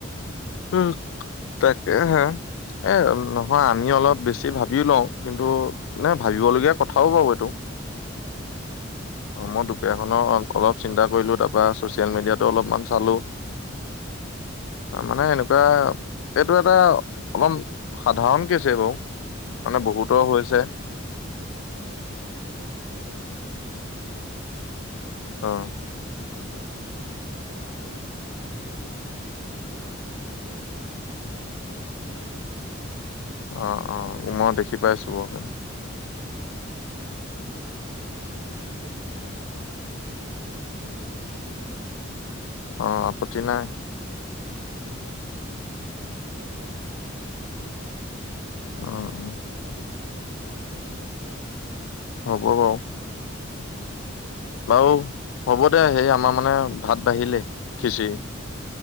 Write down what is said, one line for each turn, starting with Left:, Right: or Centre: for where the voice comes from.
Left: উম, তাকেহে। এ নহয় আমি অলপ বেছি ভাবিও লওঁ। কিন্তু নে ভাবিবলগীয়া কথাও বাৰু এইটো।
Right: অঁ।
Left: অ মই দুপৰীয়াখনৰ অলপ চিন্তা কৰিলো, তাৰপা চচিয়েল মিডিয়াতো অলপমান চালো।
Right: অ।
Left: মানে এনেকুৱা এইটো এটা, অকণ সাধাৰণ কেছে বাৰু।
Right: <inaudible>
Left: বহুতৰ হৈছে
Right: ময়ো চাইছিলোঁ আৰু এনেকুৱা মানে মই ধৰ বহুকেইটা ভিডিঅ পালোঁ।
Left: অঁ।
Right: যে এনেকুৱা প্ৰব্লেম বহুত আছে, আৰু কেনেকে এইটো চাই চাবলৈ দিলে তাততো মই একো ধৰ হেৰি নেপালো, সেউজীয়াই হৈ আছিলে।
Left: অঁ অঁ, মই দেখি
Right: গতিকে
Left: পাইছো বাৰু তাত।
Right: উম, ময়ো ইমান এটা বেছি কে চিন্তা কৰি থকা নাই কাৰণ সেই কামখিনি চলি থাকিলে মোৰ আপত্তি নাই ন।
Left: অঁ, আপত্তি নাই।
Right: অঁ, গতিকে থাককচোন এনেকে কি হয় হৈ থাকক বাৰু। বাকী
Left: অ' অ'
Right: যি হয়তো সময়ত হ'ব লগাটোতো সময়ত হ'ব।
Left: হ'ব বাৰু।
Right: সেইটো কাৰণে।
Left: বাৰু হ'ব দে, সেই আমাৰ মানে ভাত বাঢ়িলে খিচিৰি।
Right: অঁ